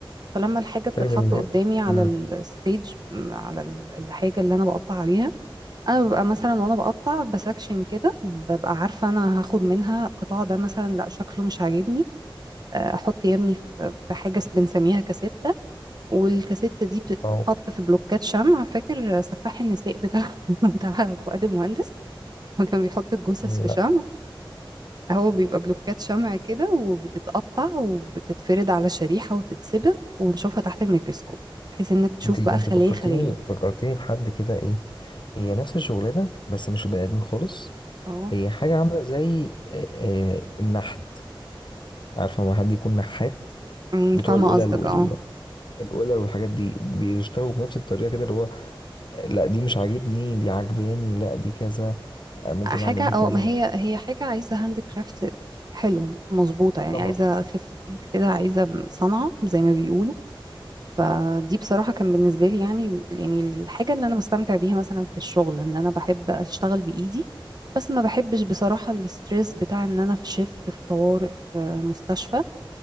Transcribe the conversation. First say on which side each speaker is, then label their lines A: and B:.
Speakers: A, on the right; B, on the left.
A: فلما الحاجه بتتحط
B: شغل
A: قدامي على
B: امم
A: الستيج على ال- الحاجه اللي انا بقطع عليها انا ببقى مثلا وانا بقطع بسكشن كده ببقى عارفه انا هاخد منها القطاع ده مثلا لا شكله مش عاجبني آه، احط يمني في في حاجه بنسميها كاسيت والكاسيتة دي بتتحط
B: واو
A: في بلوكات شمع فاكر سفاح النساء بتاع <laughs> بتاع فؤاد المهندس ما كان بيحط الجثث
B: لا
A: في شمع هو بيبقى بلوكات شمع كده وبتتقطع وبتتفرد على شريحة وتتسبغ ونشوفها تحت الميكروسكوب بحيث انك تشوف
B: انت انت
A: بقى خلية
B: فكرتيني
A: خلية
B: فكرتيني بحد كده ايه هي نفس الشغلانه بس مش بني ادمين خالص
A: اه
B: هي حاجه عامله زي آه، آه، النحت عارفه ما حد يكون نحات
A: أمم،
B: بتوع
A: فاهمة
B: القلل
A: قصدك
B: وال
A: اه
B: القلل والحاجات دي بيشتغلوا بنفس الطريقه كده اللي هو لا دي مش عاجبني دي عاجباني لا دي كذا آه، ممكن
A: حاجة
B: اعمل دي
A: اه
B: كذا
A: ما هي هي حاجة عايزة هاند كرافت حلوة مظبوطة يعني
B: طبعا
A: عايزة خفة ايد كده عايزة صنعة زي ما بيقولوا فدي بصراحة كان بالنسبة لي يعني يعني الحاجة اللي أنا بستمتع بيها مثلا في الشغل إن أنا بحب أشتغل بإيدي بس ما بحبش بصراحة الستريس بتاع إن أنا في شيفت في طوارئ في مستشفى